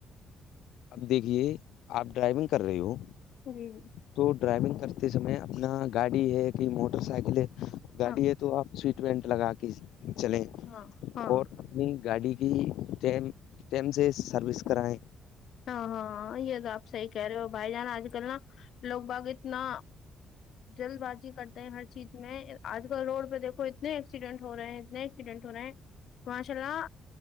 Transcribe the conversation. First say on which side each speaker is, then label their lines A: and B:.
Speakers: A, on the left; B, on the left.
A: اب دیکھیے آپ ڈرائیونگ کر رہے ہو
B: جی
A: تو ڈرائیونگ کرتے سمئےے اپنا گاڑی ہے کہ موٹر سائیکل ہے گاڑی
B: ہاں
A: ہے تو آپ سیٹ بینٹ لگا کے چلیں
B: ہاں ہاں
A: اور اپنی گاڑی کی ٹیم ٹم سے سروس کرایں
B: ہاں ہاں یہ تو آپ صحیح کہہ رہے ہو بھائی جان آج کل نا لوگ باگ اتنا جلد بازی کرتے ہیں ہر چیز میں آج کل روڈ پہ دیکھو اتنے ایکسیڈینٹ ہو رہے ہیں اتنے ایکسیڈنٹ ہو رہا ہے ماشاء اللہ